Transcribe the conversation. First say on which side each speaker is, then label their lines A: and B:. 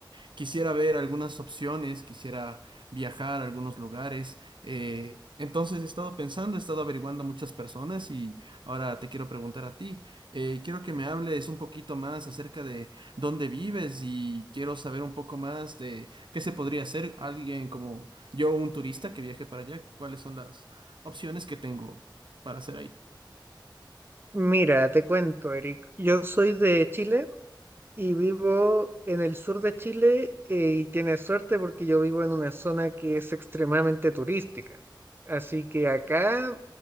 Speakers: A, on the right; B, on the right.
A: quisiera ver algunas opciones, quisiera viajar a algunos lugares. eh, entonces he estado pensando, he estado averiguando a muchas personas y ahora te quiero preguntar a ti. eh, quiero que me hables un poquito más acerca de dónde vives y quiero saber un poco más de qué se podría hacer alguien como yo, un turista que viaje para allá, cuáles son las opciones que tengo para hacer ahí.
B: Mira, te cuento, Eric. Yo soy de Chile y vivo en el sur de Chile eh, y tienes suerte porque yo vivo en una zona que es extremadamente turística. Así que acá